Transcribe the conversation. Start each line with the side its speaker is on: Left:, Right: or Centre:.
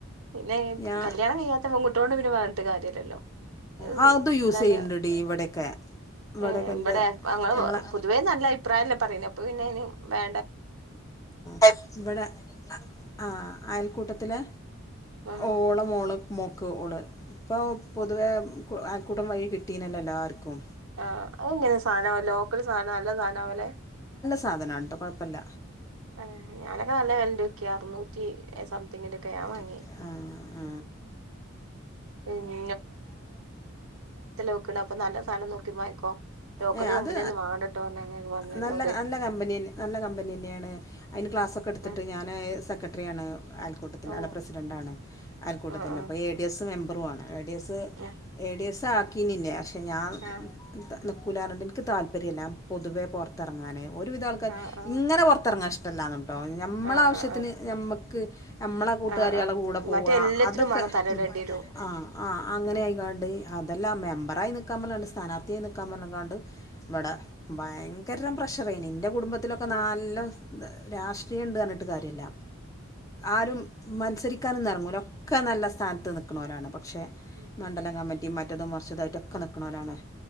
Right: പിന്നെ
Left: ഞാന്
Right: കല്യാണം കഴിയാത്ത പൺകുട്ടിയോട് പിന്നെ പറഞ്ഞിട്ട് കാര്യല്ലല്ലോ ഉം
Left: ആ അതും യൂസ്
Right: എന്താണ്,
Left: ചെയ്യ്ണ്ട്ടി ഇവിടെയൊക്കെ ഇവിടെയൊക്കെ
Right: ഏഹ്
Left: ഇന്റെ
Right: ഇവിടെ അങ്ങനെ
Left: ഞങ്ങളെ
Right: പൊതുവേ നല്ല അഭിപ്രായന്നെ പറയ്നെ <inaudible> വേ
Left: ആം ഇവിടെ ആഹ അയൽക്കൂട്ടത്തില്
Right: ആഹ്
Left: ഓളെ മോളും മോ ക്ക് ഓള്, ഇപ്പം പൊതുവെ അയൽക്കൂട്ടം വഴി കിട്ടീനല്ലോ എല്ലാവർക്കും
Right: ആഹ് അതെങ്ങനെ സാധനാ ലോക്കല് സാധനാ നല്ല സാധനാവലെ
Left: സാധനമാണ്ട്ടൊ കൊഴപ്പല്ല.
Right: എഹ്, ഞാനൊക്ക നല്ല വെല്ലെന്റെ നോക്കി അറുന്നൂറ്റി സംതിങ്ങിന്റെ ഒക്കെ ഞാൻ വാങ്ങിയെ
Left: അറുന്നൂറ്റി ആഹ്
Right: മ് വെക്കണെ അപ്പൊ നല്ല സാധനം നോക്കി വാങ്ങിക്കോ ലോക്കല്
Left: ഇ അത്
Right: കമ്പനി ഒന്നും വാങ്ങണ്ടട്ടോ പറഞ്ഞ് അങ്ങനെയൊക്കെ പറഞ്ഞ് എന്നോട്
Left: നല്ല നല്ല കമ്പനി നല്ല കമ്പനി തന്നെയാണ് അതിന് ക്ലാസൊക്കെ എടുത്തിട്ട്
Right: ഉം
Left: ഞാന് സെക് ത്രയാണ്. അയൽക്കൂട്ടത്തിൽ
Right: ഓ
Left: അല്ല പ്രസിഡൻ്റാണ് അയൽക്കൂട്ടത്തിന്റെ
Right: ആ ആ
Left: അപ്പൊ എ ഡി എസ് ഉം എം കുറവാണ്. എ ഡി എസ്
Right: ആ
Left: എ ഡി എസ് ക്കാക്കീനില്ല ഞാൻ
Right: ആ
Left: ത നിക്കൂലാന്ന്പറഞ്ഞിട്ട് ഇന്ക് താല്പര്യല്ല പൊതുവേ പൊറത്തിറങ്ങാന്. ഓരുവിധ ആൾക്കർ
Right: ആ ആ
Left: ഇങ്ങനെ പുറത്തിറങ്ങാൻ ഇഷ് ണ്ടാവണം കേട്ടോ ഞമ്മളാവശ്യത്തിന്
Right: ആ ആ
Left: നമ്മക്ക് ക്ക് നമ്മളെ കൂട്ടുകാരികളെ
Right: ആ ആ ആ
Left: കൂടെ പോവാ
Right: മറ്റേ എല്ലാത്തിനും
Left: അതൊക്കെ
Right: വേണം തലയിടേണ്ടി
Left: ആഹ്
Right: വരും
Left: ആഹ് ആഹ് അങ്ങനെ
Right: ഉം
Left: ആയ്ങ്ങാണ്ട് അതെല്ലാ മെമ്പ റായി നിക്കാൻ പറഞ്ഞ്ങ്ങാണ്ട്സ്ഥാനാർഥിയായി നിക്കാൻ പർഞ്ഞ്ക്കാണ്ട്. ഇവടെ
Right: ഉം
Left: ഭയങ് ങ്കരം പ്രഷറേനി ഇൻ്റെ കുടുംബത്തിലൊക്കെ
Right: ഉം
Left: നല്ല ത് രാഷ്ട്രീയണ്ട് അർഞ്ഞ്ട്ട് കാര്യല്ല
Right: ഉം
Left: ആരും മത്സരി ക്കാനൊന്നെർങ്ങൂല ക്കെ നല്ല സ്ഥാനത്ത് നിക്ക്ണോലാണ്. പക്ഷേ
Right: ഉം ഉം
Left: ങ്ങാൻ മറ്റി മറ്റതും മർച്ചതു ആയിട്ടൊക്കെ നിക്ക്ണോലാണ്.